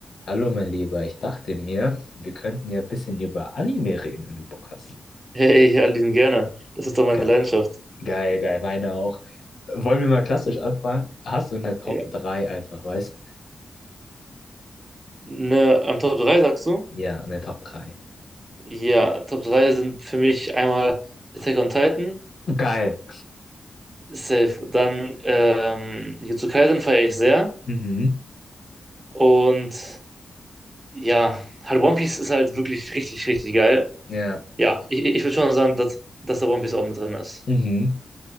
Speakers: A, on the left; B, on the right.
A: Hallo, mein Lieber, ich dachte mir, wir könnten ja ein bisschen über Anime reden, wenn du Bock hast.
B: Hey, Aline, gerne. Das ist doch meine
A: Geil,
B: Leidenschaft.
A: geil, geil, meine auch. Äh, Wollen wir mal klassisch anfangen? Hast du eine Top
B: Ja.
A: drei einfach, weißt?
B: Ne, am Top 3 sagst du?
A: Ja, eine Top 3.
B: Ja, Top 3 sind für mich einmal Attack on Titan,
A: Geil.
B: safe. Dann ähm, Jujutsu Kaisen feiere ich sehr.
A: Mhm.
B: Und ja, halt One Piece ist halt wirklich richtig, richtig geil.
A: Ja.
B: Ja, ich, ich würde schon sagen, dass, dass da One Piece auch mit drin ist.
A: Mhm.